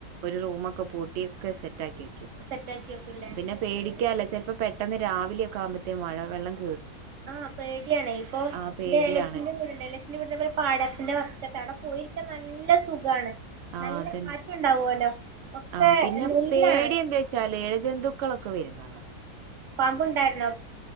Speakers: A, on the right (about 75°); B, on the right (about 55°).
A: ഒരു റൂമൊക്കെ പൂട്ടി ക്കെ സെ റ്റ ആക്കി വെക്കും
B: സെറ്റാക്കി വെക്കുംല്ലേ
A: പിന്നെ പേടിക്കാല്ലെ ചിലപ്പോ പെട്ടെന്ന് രാവിലെ ഒക്കെ ആകുമ്പെ മഴ വെള്ളം
B: ആ പേടിയാണേ ഇപ്പൊ
A: ആ പേടിയാണ്
B: എന്റെ എളയച്ചിന്റെ വീട്ണ്ട് എളയച്ചിന്റെ വീട് പാടത്തിന്റെ വക്കത്താ ആണ് പോയിരിക്കാൻ നല്ല സുഖാണ്
A: ആ
B: നല്ല
A: അത്ണ്ട്
B: കാറ്റുണ്ടാവുവല്ലോ ഒക്കെ
A: ആ പിന്നെ
B: നെല്ലാണ്
A: പേടി എന്താച്ചാല് എഴജന്തുക്കളൊ ഒക്കെ വരുന്നതാ
B: പാമ്പ് ഉണ്ടായിരുന്നോ